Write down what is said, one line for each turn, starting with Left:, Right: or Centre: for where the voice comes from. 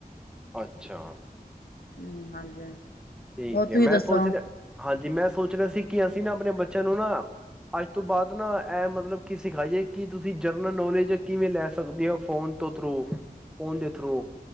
Centre: ਅੱਛਾ।
Left: ਹਮ, ਹਾਂਜੀ।
Centre: ਠੀਕ
Left: ਹੋਰ ਤੁਸੀਂ
Centre: ਏ ਮੈਂ
Left: ਦੱਸੋ
Centre: ਸੋਚ ਰਿਹਾ, ਹਾਂਜੀ ਮੈਂ ਸੋਚ ਰਿਹਾ ਸੀ ਕਿ ਤੁਸੀਂ ਨਾ ਆਪਣੇ ਬੱਚਿਆਂ ਨੂੰ ਨਾ, ਅੱਜ ਤੋਂ ਬਾਅਦ ਨਾ ਇਹ ਮਤਲਬ ਕੀ ਸਿਖਾਈਏ, ਕਿ ਤੁਸੀਂ ਜਰਨਲ ਨੋਲੇਜ ਕਿਵੇਂ ਲੈ ਸਕਦੇ ਹੋ ਫੋਨ ਤੋਂ ਥਰੂ ਫੋਨ ਦੇ ਥਰੂ।